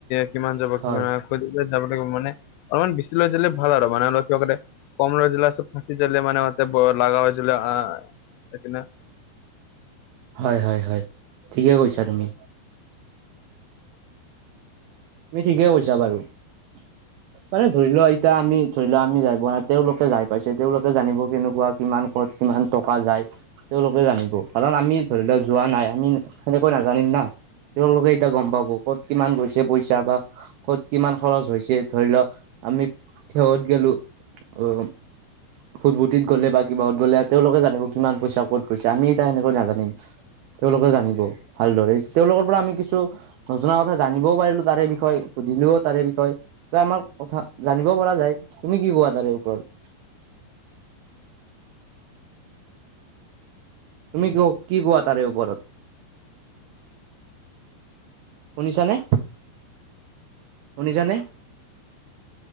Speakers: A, on the left (about 85°); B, on the right (about 85°).
A: কিমান যাব
B: হয়
A: কিমান যাব লাগিব মানে অলপমান বেছি লৈ গলে ভাল আৰু মানে অলপ কিবা কৰে কম লৈ যালে আ ফাঁচি যালে মানে মতে লাগা হৈ যালে সেইকানে <unintelligible>
B: হয়-হয়-হয়, ঠিকে কৈছা তুমি। তুমি ঠিকে কৈছা বাৰু। মানে ধৰি লোৱা এতিয়া আমি ধৰি লোৱা আমি যাই পোৱা নাই, তেওঁলোকে যাই পাইছে তেওঁলোকে জানিব কেনেকুৱা কিমান ক'ত কিমান টকা যায়। তেওঁলোকে জানিব, কাৰণ আমি ধৰি লোৱা যোৱা নাই, আমি সেনেকৈ নাজানিম না? তেওঁলোকে এতিয়া গম পাব ক'ত কিমান গৈছে পইচা বা ক'ত কিমান খৰচ হৈছে, ধৰি লোৱা আমি থিয়ত গেলোঁ উম ভুটভুটিত গ'লে বা কিবাত গ'লে, তেওঁলোকে জানিব কিমান পইচা ক'ত গৈছে, আমি এতিয়া এনেকৈ নাজানিম। তেওঁলোকে জানিব ভালদৰে, তেওঁলোকৰ পৰা আমি কিছু নজনা কথা জানিবও পাৰিলোঁ তাৰে বিষয় সুধিলোঁ, তাৰে বিষয় দে আমাৰ কথা জানিব পৰা যায়, তুমি কি কোৱা তাৰে ওপৰত? তুমি কিয় কি কোৱা তাৰে ওপৰত? শুনিছানে, শুনিছানে?